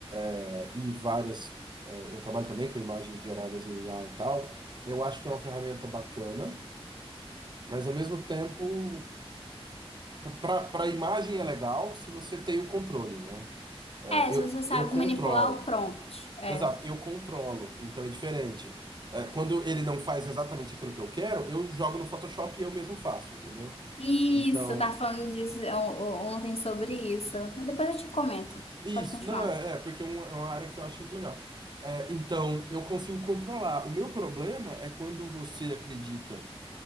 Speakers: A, on the right (about 45°); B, on the left (about 75°).
A: eh, e várias, eh, eu trabalho também com imagens geradas em IA e tal, eu acho que é uma ferramenta bacana, mas ao mesmo tempo, para para imagem é legal se você tem o controle, né? Eh,
B: é,
A: eu,
B: se você sabe
A: eu controlo.
B: manipular o prompt. É.
A: Exato, eu controlo, então é diferente. Eh, quando ele não faz exatamente aquilo que eu quero, eu jogo no Photoshop e eu mesmo faço, entendeu?
B: Isso,
A: Então,
B: eu tava falando disso o- o- ontem sobre isso. Depois eu te comento.
A: Isso,
B: Pode continuar.
A: não, é, é, porque é um- é uma área que eu acho muito legal. É, então, eu consigo controlar. O meu problema é quando você acredita